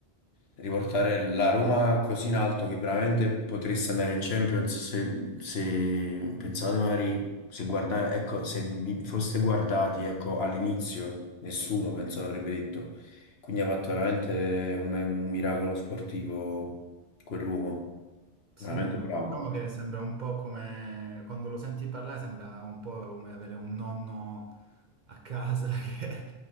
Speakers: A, on the left (about 65°); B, on the right (about 45°).
A: riportare la Roma così in alto che veramente potreste andare in Champions se, se pensavate magari se guarda- ecco, se vi foste guardati, ecco, all'inizio nessuno penso l'avrebbe detto. Quindi ha fatto veramente un un miracolo sportivo quell'uomo, veramente
B: Sì, no,
A: bravo.
B: diciamo che sembra un po' come quando lo senti parlare, sembra un po' come avere un nonno a casa <laughs> che,